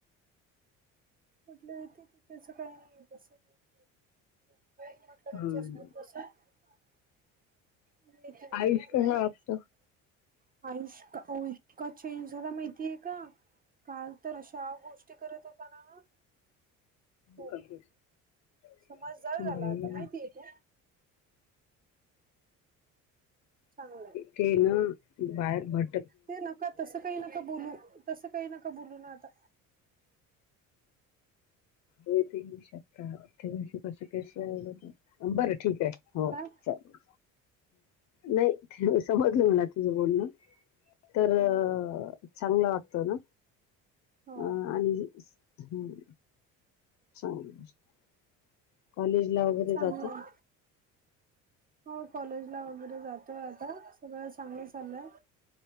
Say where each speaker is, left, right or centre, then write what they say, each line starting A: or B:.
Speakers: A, on the right; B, on the left.
A: कुठलं य तिथ
B: हम्म.
A: <unintelligible> <inaudible>
B: आयुष कसा वागतो
A: आयुष का? इतका चेंज झाला माहितीय का? काल तर अशा गोष्टी करत होता ना?
B: <unintelligible>
A: खूप समजदार झाला
B: बाई
A: आता. माहितीय का? चांगलंय
B: ते ना. बाहेर भर-
A: ते नका. तसं काही नका बोलू. तसं काही नका बोलू ना आता.
B: हे ते येेऊ शकता. <unintelligible> बरं ठीक आहे. हो
A: काय
B: चालेल. नाही समजलं मला तुझं बोलणं. तर
A: हो
B: अ चांगला वागतो ना?
A: हो
B: अ आणि- हम्म. चांगली गोष्ट ए. कॉलेज ला- वगैरे
A: चांगलय.
B: जातो
A: हो कॉलेजला वगैरे जातोय आता. सगळं चांगल चाललंय.